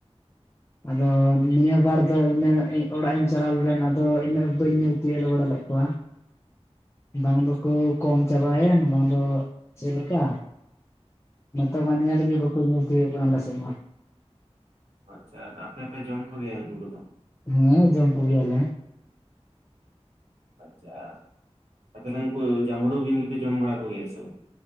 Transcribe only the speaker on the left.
ᱟᱫᱚ ᱱᱤᱭᱟᱹ ᱵᱟᱨ ᱫᱚ ᱤᱱᱟᱹᱜ ᱚᱲᱟᱜ ᱤᱧ ᱪᱟᱞᱟᱣ ᱞᱮᱱ ᱟᱫᱚ ᱤᱱᱟᱹᱜ ᱵᱟᱹᱧ ᱧᱮᱞ ᱛᱤᱭᱟᱹᱜᱜ ᱵᱟᱲᱟ ᱞᱮᱫ ᱠᱚᱣᱟ᱾
ᱵᱟᱝ ᱫᱚᱠᱚ ᱠᱚᱢ ᱪᱟᱵᱟᱭᱮᱱ ᱵᱟᱝ ᱫᱚ ᱪᱮᱫᱞᱮᱠᱟ? ᱱᱚᱛᱮ ᱢᱚ ᱱᱮᱞ ᱜᱮ ᱵᱟᱜ ᱠᱚ ᱧᱮᱞ ᱛᱤᱭᱚᱜ ᱠᱟᱱ ᱟᱞᱮ ᱥᱮᱱ ᱢᱟ᱾
ᱦᱮᱸ ᱡᱚᱢ ᱠᱚ ᱭᱟᱞᱮ,